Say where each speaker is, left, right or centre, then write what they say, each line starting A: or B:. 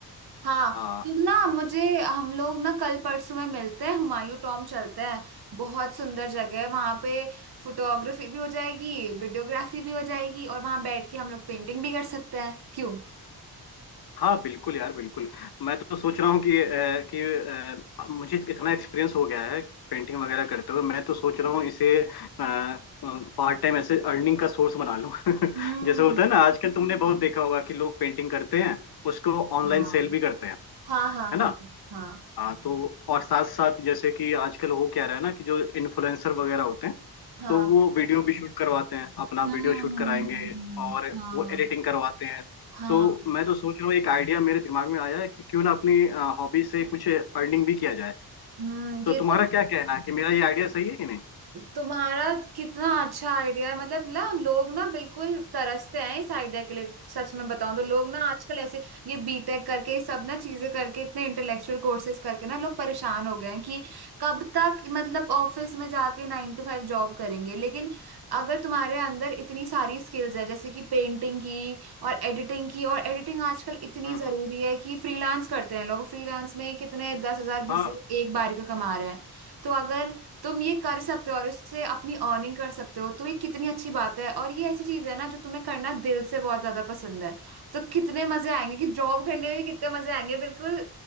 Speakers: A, on the right; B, on the left.
A: हाँ
B: हाँ
A: तुम ना मुझे हम लोग ना कल परसों में मिलते हैं हुमायूं टॉम चलते हैं बहुत सुंदर जगह है वहां पे फोटोग्राफी भी हो जाएगी वीडियोग्राफी भी हो जाएगी और वहां बैठ के हम लोग पेंटिंग भी कर सकते हैं क्यों
B: हाँ बिल्कुल यार बिल्कुल मैं तो सोच रहा हूँ कि अ, कि अ, मुझे इतना एक्सपीरियंस हो गया है पेंटिंग वगैरह करते हुए मैं तो सोच रहा हूँ इसे पार्ट टाइम ऐसे अर्निंग का सोर्स बना लूँ <laughs>
A: हम्म
B: जैसे होता है ना आजकल तुमने बहुत देखा होगा कि लोग पेंटिंग करते हैं उसको ऑनलाइन
A: हाँ
B: सेल भी करते हैं
A: हाँ हाँ
B: है
A: हाँ
B: ना
A: हाँ
B: हाँ तो और साथ साथ जैसे कि आजकल हो क्या रहा है ना कि जो इन्फ्लुएंसर वगैरह होते हैं
A: हाँ
B: तो वो वीडियो भी शूट करवाते हैं अपना
A: हम्म
B: वीडियो शूट
A: हम्म,
B: कराएंगे
A: हम्म, हम्म,
B: और
A: हाँ
B: वो एडिटिंग करवाते हैं
A: हाँ
B: तो मैं तो सोच रहा हूँ एक आइडिया मेरे दिमाग में आया है कि क्यों ना अपनी हॉबी से कुछ अर्निंग भी किया जाए
A: हम्म
B: तो
A: ये
B: तुम्हारा
A: तो
B: क्या कहना है कि मेरा ये आइडिया सही है कि नहीं
A: तुम्हारा कितना अच्छा आइडिया है मतलब ना लोग ना बिल्कुल तरसते हैं इस आइडिया के लिए सच में बताऊं तो लोग ना आजकल ऐसे ये बीटेक करके ये सब ना चीजें करके इतने इंटेलेक्चुअल कोर्सेज करके ना लोग परेशान हो गए हैं कि कब तक मतलब ऑफिस में जाके नाइन टू फाइव जॉब करेंगे लेकिन अगर तुम्हारे अंदर इतनी सारी स्किल्स है जैसे कि पेंटिंग की और एडिटिंग की और एडिटिंग आजकल इतनी
B: हम्म
A: जरूरी
B: हम्म
A: है कि फ्रीलांस करते हैं लोग फ्रीलांस में कितने दस हजार बीस
B: हाँ
A: हजार एक बार का कमा रहे हैं तो अगर तुम ये कर सकते हो और इससे अपनी अर्निंग कर सकते हो तो ये कितनी अच्छी बात है और ये ऐसी चीज है ना जो तुम्हें करना दिल से बहुत ज्यादा पसंद है तो कितने मजे आएंगे कि जॉब करने में भी कितने मजे आएंगे बिल्कुल